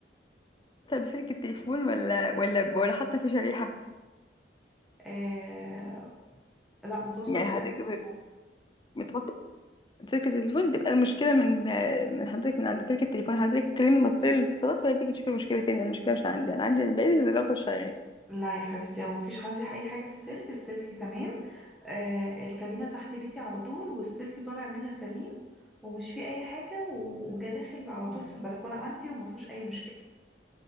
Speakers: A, on the left (about 25°); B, in the centre.
A: بسلك التليفون ولا ولا ولا حتى في شريحه
B: آه لا متوصل
A: يعني
B: بسلك
A: حضرتك
B: التليفون
A: متوصل سلك التليفون تبقى المشكلة من من حضرتك من عند سلك التليفون حضرتك تكلمي المصرية للاتصالات وهي تيجي تشوف المشكلة فين أنا المشكلة مش عندي أنا عندي الباقي الراوتر شغال
B: لا يا حبيبتي هو مفيش عندي اي حاجه في السلك السلك تمام آه الكابينه تحت بيتي على طول والسلك طالع منها سليم ومش فيه اي حاجه و- وجا داخل على طول في البلكونه عندي وما فيهوش اي مشكله